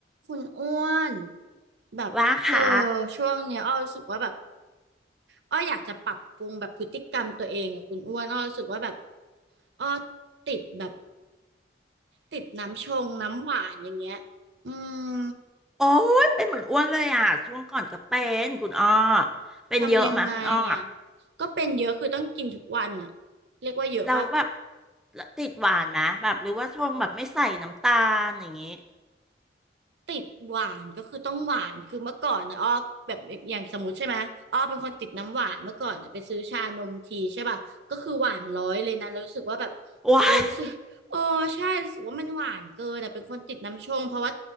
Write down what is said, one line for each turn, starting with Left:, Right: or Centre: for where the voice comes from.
Right: คุณอ้วนแบบเออ
Centre: ว่าค่ะ
Right: ช่วงเนี้ยอ้อรู้สึกว่าแบบอ้ออยากจะปรับปรุงแบบพฤติกรรมตัวเองอะคุณอ้วนอ้อรู้สึกว่าแบบอ้อติดแบบติดน้ำชงน้ำหวานอย่างเงี้ยอืม
Centre: โอ้ยเป็นเหมือนอ้วนเลยอ่ะช่วงก่อนก็เป็นคุณอ้อเป็นเยอะมาคุณอ้อ
Right: ทำยังไงอ่ะก็เป็นเยอะคือต้องกินทุกวันอ่ะเรียกว่าเยอะปะ
Centre: เราแบบติดหวานนะแบบหรือว่าชงแบบไม่ใส่น้ำตาลอย่างงี้
Right: ติดหวานก็คือต้องหวานคือเมื่อก่อนนะอ้อแบบอย่างสมมติใช่ไหมอ้อเป็นคนติดน้ำหวานเมื่อก่อนนะไปซื้อชานมทีใช่ป่ะก็คือหวานร้อยเลยนะแล้วรู้สึกว่าแบบ
Centre: ว้าย
Right: โอ้รู้สึกโอ้ใช่รู้สึกว่ามันหวานเกินอ่ะเป็นคนติดน้ำชงเพราะว่า